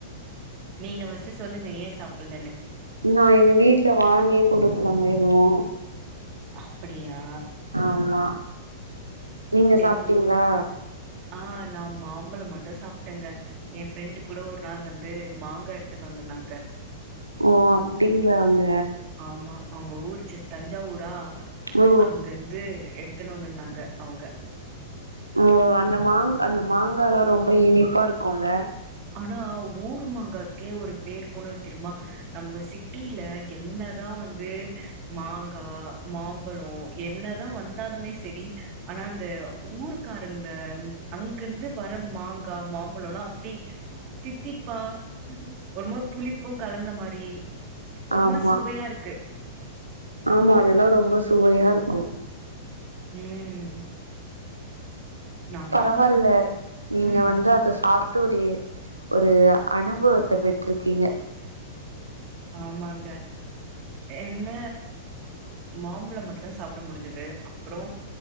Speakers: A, on the right; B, on the right.
A: நீங்க பஸ்ட்டு சொல்லுங்க ஏ சாப்புட்லன்னு
B: நா எங்க வீட்ல வாங்கியே கொடுத்துலாங்க எதுவு
A: அப்புடியா
B: ஆமா நீங்க சாப்ட்டீங்களா
A: எங் ஆ நா மாம்பழம் மட்டு சாப்ட்டேங்க எ ஃப்ரெண்டு கூட ஒரு நாள் வந்து மாங்கா எடுத்துட்டு வந்துந்னாங்க
B: ஓ அப்டிங்களா ங்க
A: ஆமா அவ்ங்க ஊருச்சு தஞ்சாவூரா
B: ஓ
A: அங்கிருந்து எடுத் துனு வந்திருந்தாங்க அவ்ங்க
B: ஓ அந்த மாங் அந்த மாங்காலா ரொம்ப இனிப்பா இருக்குல்ல
A: ஆனா ஊரு மாங்காக்கே ஒரு பேர் பொணது தெரியுமா நம்ப சி ட்டில என்னதா வந் ந்து மாங்கா மாம்பழோ என்னதா வந்தாலுமே செரி ஆனா இந்த ஊர்க்காரங் அந்த அங்கிருந்து வர மாங் க்கா மாம்பழோ ல்லா அப்புடி தித்திப்பா ஒரு மாரி புளிப்பு கலந்த மாரி ஒரு
B: ஆமா
A: மாரி சுவையா இருக்
B: ஆமா அதெல்லா ரொம்ப சுவையா இருக்கு
A: ம் நா
B: பரவாயில்ல
A: மாம்பழம் பழத்த
B: நீங்க
A: ம்
B: வந்து அத சாப் ட்டோரி ஒரு அனுபவத்த பெற்ருக்கீங்க
A: ஆமாங்க என்ன மாம்பழம் மட்டு தா சாப்ட முடிஞ்சுது அப்புறோ